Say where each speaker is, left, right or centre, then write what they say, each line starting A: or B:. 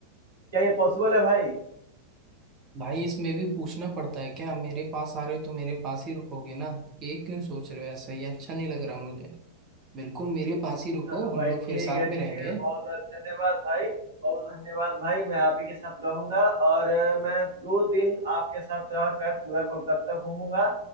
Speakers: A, on the right; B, on the right.
A: क्या ये पॉसिबल है भाई
B: भाई इसमें भी पूछना पड़ता है क्या मेरे पास आ रहे हो तो मेरे पास ही रुकोगे ना ये क्यों सोच रहे हो ऐसा ये अच्छा नहीं लग रहा मुझे बिल्कुल मेरे पास ही रुको
A: चलो भाई
B: हम लोग
A: ठीक
B: फिर साथ
A: है ठीक
B: में रहेंगे
A: है बहुत बहुत धन्यवाद भाई बहुत धन्यवाद भाई मैं आप ही के साथ रहूंगा और अ, मैं दो दिन आपके साथ रहकर पूरा कोलकाता घूमूंगा